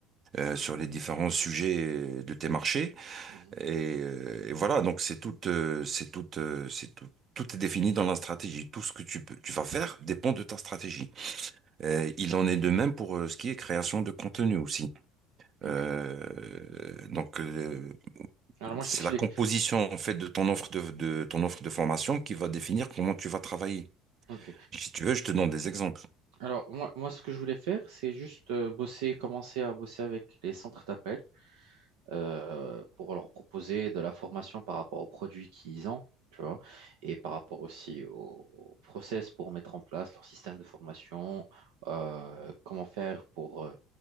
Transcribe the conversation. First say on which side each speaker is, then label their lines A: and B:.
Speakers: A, on the right; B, on the right.
A: euh, sur les différents sujets de tes marchés.
B: Mhm.
A: Et, euh, et voilà, donc c'est tout, euh, c'est tout, euh, c'est tout, tout est défini dans la stratégie. Tout ce que tu peux, tu vas faire dépend de ta stratégie. Euh, il en est de même pour euh, ce qui est création de contenu aussi.
B: Ok.
A: Euh, donc euh,
B: Alors moi
A: c'est
B: je t'explique.
A: la composition en fait de ton offre de, de ton offre de formation qui va définir comment tu vas travailler.
B: Ok.
A: Si tu veux, je te donne des exemples.
B: Alors moi, moi ce que je voulais faire, c'est juste euh, bosser, commencer à bosser avec les centres d'appel euh, pour leur proposer de la formation par rapport aux produits qu'ils ont, tu vois, et par rapport aussi au, au process pour mettre en place leur système de formation, euh, comment faire pour euh, euh,